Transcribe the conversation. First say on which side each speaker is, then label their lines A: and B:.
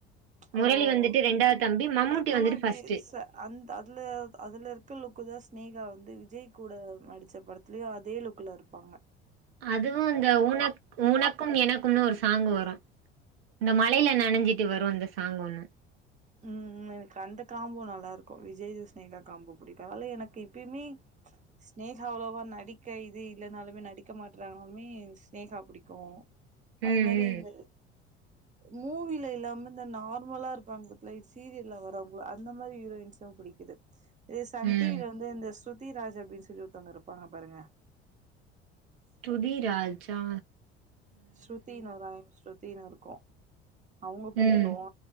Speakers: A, on the right (about 65°); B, on the right (about 25°).
A: முரளி
B: ஓ
A: வந்துட்டு
B: ஓகே
A: ரெண்டாவ் தம்பி மம்முட்டி
B: ஆனா
A: வந்துட்டு
B: வி
A: ஃபர்ஸ்ட்டு
B: ச அந்த அதுல அதுல இருக்க லுக்கு தா ஸ்னேகா வந்து விஜய் கூட நடித்த படத்துலயு அதே லுக்குல இருப் பாங்க
A: அதுவும் இந்த உனக் உனக்கும் எனக்கும்னு ஒரு சாங்க்கு வரும் இந்த மழைல நனஞ்சிட்டு வரும் அந்த சாங் ஒன்னு
B: ம் எனக்கு அந்த காம்போ நல்லா இருக்கும் விஜய்யு ஸ்னேகா காம்போ புடிக்கும் அதனால எனக்கு எப்பயுமே ஸ்நேகா அவ்ளவா நடிக்க இது இல்லனாலுமே நடிக்க மாற்றாலுமே ஸ்நேகா புடிக்கும் அது
A: ம்
B: மாரி
A: ம்
B: இந்த மூவில இல்லாம இந்த நார்மலா இருப்பாங்க பத் இந்த சீரியல்ல வரவாங்ள அந்த மாரி ஹீரோயின்ஸ்லா பிடிக்குது இதே சன்
A: ம்
B: டி வில வந்து இந்த சூப் தீராஜ் அப்டின் சொல்லி ஒருத்தவங்க இருப்பாங்க பாருங்க
A: துதிராஜா
B: ஸ்ருத்தின் ஒரு ஆள் ஸ்ருத்தின் இருக்கும் அவங்க புடிக்கும்
A: ம்